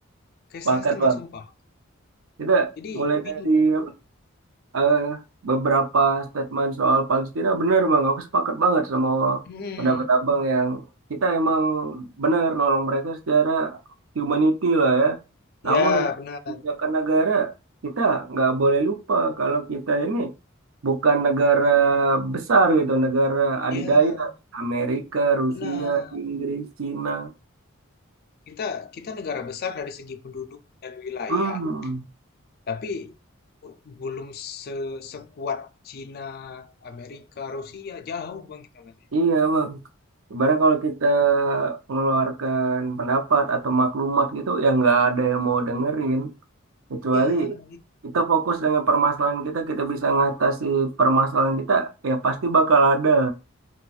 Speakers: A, on the left; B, on the right.
A: kayak
B: pakat
A: setengah-setengah
B: bang.
A: sumpah.
B: Kita
A: Jadi
B: mulai
A: bingung.
B: dari apa? eh, beberapa statement soal Palestina bener bang aku sepakat banget sama
A: Hmm,
B: pendapat abang yang kita emang benar nolong mereka secara humanity lah ya
A: ya
B: namun untuk
A: benar,
B: kebijakan negara kita nggak boleh lupa kalau kita ini bukan negara besar gitu negara adidaya
A: ya
B: Amerika Rusia
A: benar.
B: Inggris Cina
A: Kita kita negara besar dari segi penduduk dan wilayah,
B: hmm
A: tapi belum se sekuat Cina, Amerika, Rusia, jauh bang kita masih.
B: iya bang Sebenarnya kalau kita mengeluarkan pendapat atau maklumat gitu ya nggak ada yang mau dengerin kecuali
A: Ya
B: kita fokus dengan permasalahan kita kita bisa ngatasi permasalahan kita ya pasti bakal ada